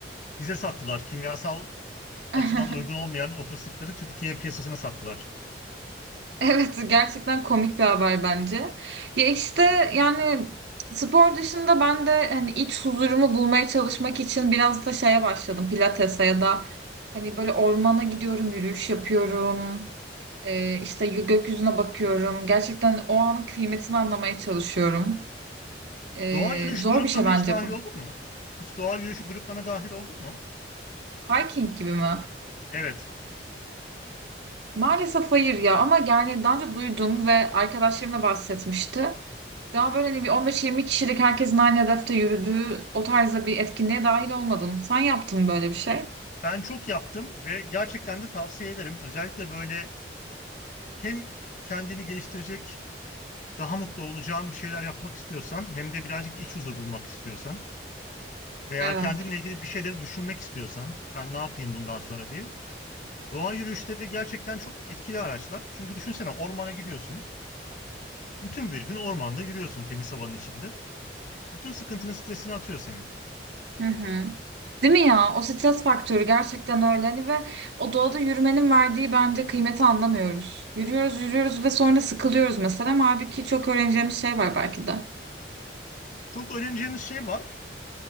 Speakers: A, on the left; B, on the right.
A: Bize sattılar. Kimyasal
B: <laughs>
A: açıdan uygun olmayan o fıstıkları Türkiye piyasasına sattılar.
B: Evet gerçekten komik bir haber bence. Ya işte yani spor dışında ben de hani iç huzurumu bulmaya çalışmak için biraz da şeye başladım pilatese ya da hani böyle ormana gidiyorum yürüyüş yapıyorum Ee, işte y- gökyüzüne bakıyorum gerçekten o anın kıymetini anlamaya çalışıyorum. Ee,
A: Doğa yürüyüşü
B: zor
A: gruplarına
B: bir şey bence
A: hiç dahil
B: bu.
A: oldun mu? Hiç doğa yürüyüşü gruplarına dahil oldun mu?
B: Hiking gibi mi?
A: Evet.
B: Maalesef hayır ya ama yani daha önce duydum ve arkadaşlarım da bahsetmişti. Daha böyle hani bir 15-20 kişilik herkesin aynı hedefte yürüdüğü o tarzda bir etkinliğe dahil olmadım. Sen yaptın mı böyle bir şey?
A: Ben çok yaptım ve gerçekten de tavsiye ederim. Özellikle böyle hem kendini geliştirecek, daha mutlu olacağın bir şeyler yapmak istiyorsan, hem de birazcık iç huzur bulmak istiyorsan veya
B: Evet.
A: kendinle ilgili bir şeyleri düşünmek istiyorsan, ben ne yapayım bundan sonra diye. Doğa yürüyüşleri gerçekten çok etkili araçlar. Çünkü düşünsene ormana gidiyorsun. Bütün bir gün ormanda yürüyorsun temiz havanın içinde. Bütün sıkıntını, stresini atıyor senin.
B: Hı hı. Değil mi ya? O stres faktörü gerçekten öyle hani ve o doğada yürümenin verdiği bence kıymeti anlamıyoruz. Yürüyoruz, yürüyoruz ve sonra sıkılıyoruz mesela. Ama halbuki çok öğreneceğimiz şey var belki de.
A: Çok öğreneceğimiz şey var.